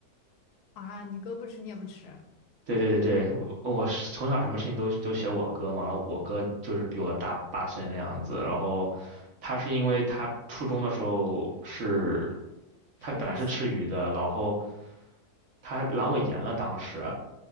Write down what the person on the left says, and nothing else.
啊？你哥不吃，你也不吃，
吃鱼刺卡